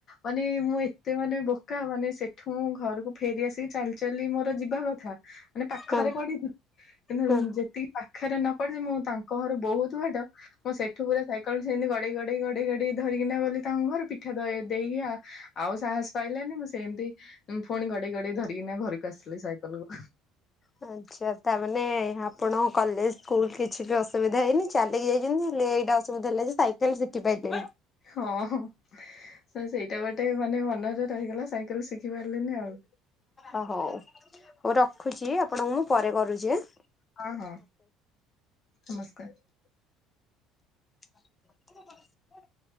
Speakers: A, on the left; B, on the left.
A: ମାନେ ମୁଁ ଏତେ ମାନେ ବୋକା ମାନେ ସେଠୁ ଘରକୁ ଫେରି ଆସିକି ଚାଲି <unintelligible> ମୋର ଯିବା କଥା ମାନେ ପାଖରେ
B: ହଁ
A: ପଡିଥିଲନ୍ତ
B: ହଁ।
A: ଯେତିକି ପାଖରେ ନ ପଡିଛି, ମୁଁ ତାଙ୍କ ଘରୁ ବହୁତ ବାଟ ମଁ ସେଇଠୁ ପୁରା ସାଇକେଲ ସେମତି ଗଡେଇ ଗଡେଇ ଗଡେଇ ଗଡେଇ ଧରିକିନା ବୋଲି ତାଙ୍କ ଘରକୁ ପିଠା ଦ ଦେଇକି ଆଉ ଆଉ ସାହସ ପାଇଲାନି ମୁଁ ସେମିତି ପୁଣି ଗଡେଇ ଗଡେଇ ଧରିକିନା ଘରକୁ ଆସିଲି ସାଇକେଲ କୁ।
B: ହଁ। ଆଚ୍ଛା ତାମାନେ ଆପଣଙ୍କ କଲେଜ ସ୍କୁଲ୍ କିଛି ବି ଅସୁବିଧା ହେଇନି ଚାଲିକି ଯାଇଛନ୍ତି। ହେଲେ ଏଇଟା ଅସୁବିଧା ହେଲା ଯେ ସାଇକେଲ ଶିଖି ପାଇଲେନୀ।
A: ହଁ ହଁ, ସେଇଟା ଗୋଟେ ମାନେ ମନରେ ରହିଗଲା ସାଇକେଲ ଶିଖି ପାରିଲିନି ଆଉ।
B: ଓ ହଉ ହଉ ରଖୁଛି ଆପଣଙ୍କୁ ମୁଁ ପରେ କରୁଛି ଆଁ?
A: ହଁ ହଁ, ନମସ୍କାର।
B: <unintelligible>